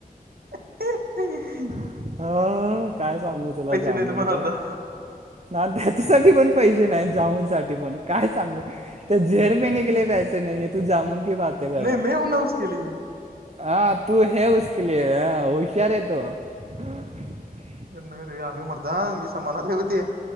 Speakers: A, on the right; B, on the right.
A: हं हां हं
B: हं कायं सांगू तुंला जामुंणच
A: नाहीत म्हण आता
B: नां त्यांच्यासाठी पणं पैसे नाहींत जामुंन सांठी पणं कायं सांगू तरं जेहेर पिने केलीये पैसे नाहीं तूं जामुंन की बांत ते करं
A: नाही मे हून हाऊस केली.
B: हां तूं है उसके लिये होशर आहे तो हं
A: नाहीं रे आंरू मरतां मी समांना आले होते